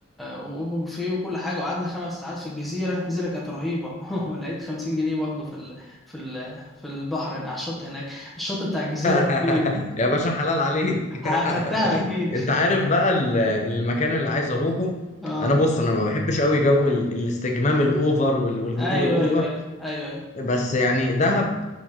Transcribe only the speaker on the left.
<laughs>
يا باشا حلال عليك <laughs>
انت عارف بقى ال- المكان اللي عايز اروحه
انا بص انا ما بحبش قوي جو ال- الاستجمام الاوفر وال- والهدوء
الاوفر
بس يعني دهب